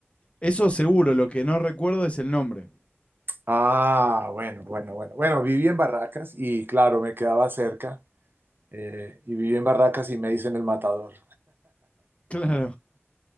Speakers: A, on the left (about 25°); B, on the right (about 50°).
A: eso seguro, lo que no recuerdo es el nombre.
B: Ah, bueno, bueno, bueno. Bueno, viví en Barracas y claro, me quedaba cerca eh, y viví en Barracas y me hice en el Matador.
A: Claro.